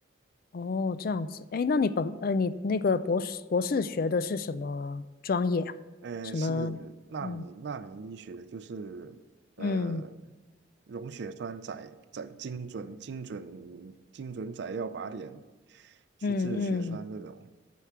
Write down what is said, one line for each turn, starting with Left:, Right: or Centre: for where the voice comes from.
Left: 哦，这样子，哎，那你本呃，你那个博士博士学的是什么专业啊？
Right: 呃，
Left: 什么？
Right: 是纳米纳米医学，
Left: 嗯
Right: 就是呃
Left: 嗯
Right: 溶血栓载载精准精准精准载药靶点去治血栓这种。
Left: 嗯嗯，